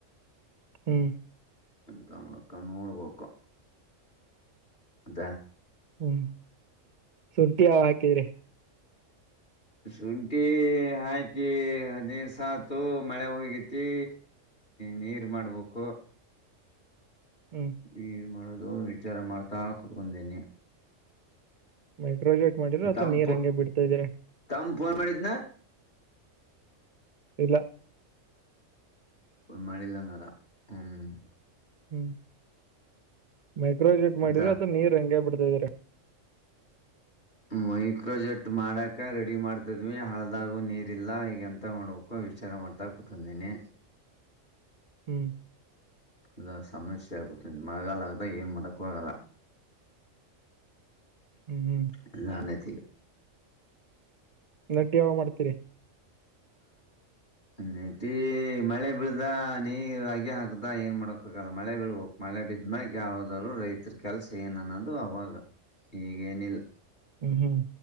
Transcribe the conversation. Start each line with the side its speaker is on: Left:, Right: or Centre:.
Right: ಹ್ಮ್
Left: ತಳಕ್ಕ ನೋಡ ಪೋಕ ಅದಾ <unintelligible>
Right: ಹ್ಮ್ ಶುಂಠಿ ಹ ಹಾಕಿದ್ರಿ
Left: ಶುಂಠಿ ಹಾಕಿ ಹದಿನೈದು ಸಾತು ಮಳೆ ಹೋಗತಿ ನೀರು ಮಾಡ್ಬೇಕು
Right: ಹ್ಮ್
Left: ಹ್ಮ ಮಾಡ ಅದು ವಿಚಾರ ಮಾಡ್ತಾ ಕೂತ್ಕೊಂಡೀನಿ
Right: ಹ್ಮ್ ರೋಜೇಟ್ ಮಾಡಿದ್ರರು ಅಥವಾ
Left: ತಂಪು
Right: ನೀರ್ ಹಂಗೆ ಬಿಡ್ತಾ ಇದ್ರರಿ
Left: ತಂಪು ಫೋನ್ ಮಾಡಿದ್ದನ
Right: ಇಲ್ಲ
Left: ಫೋನ್ ಮಾಡಿಲ್ಲಂಗಾರ ಹ್ಞೂ
Right: ಹ್ಮ್ ಮೈಕ್ರೋಜೆಟ್ ಮಾಡಿದರರು
Left: ಮತ್ತ
Right: ಅದು ನೀರ್ ಹಂಗೇ ಬಿಡತೆ ಅ
Left: ಮೈಕ್ರೋಜೆಟ್ ಮಾಡೋಕ ರೆಡಿ ಮಾಡ್ತಿದ್ವಿ ಹಳದಾಗೂ ನೀರಿಲ್ಲ ಈಗೆ ಎಂತ ಮಾಡ್ಬೇಕು ವಿಚಾರ ಮಾಡ್ತಾ ಕುೂತಂದೀನಿ
Right: ಹ್ಮ್
Left: ಇಲ್ಲ ಸಮಸ್ಯೆ ಆಗುತ್ತೆ ಮಳೆಗಾಲಗದಾಗ ಏನು ಮಾಡೋಕ್ಕೂ ಆಗಲ್ಲ
Right: ಹ್ಮ್ ಹ್ಮ್
Left: ಅಲ್ಲಲ್ಲತೀ
Right: ನಟಿ ಯಾವ ಮಾಡ್ತೀರಿ
Left: ನೆಟೀ ಮಳೆ ಬೀಳ್ದ ನೀರು ಅಗೆ ಹಾಕದ ಏನು ಮಾಡಕಾಗಲ್ಲ ಮಳೆ ಬೀಳ್ಬೇಕು ಮಳೆ ಬಿದ್ದ್ಮಕ ಯಾವವುದಾದ್ರು ರೈತರ ಕೆಲಸ ಏನುನ್ನೋದು ಅವಾಗ ಈಗೇನಿಲ್ಲ
Right: ಹ್ಮ್ ಹ್ಮ್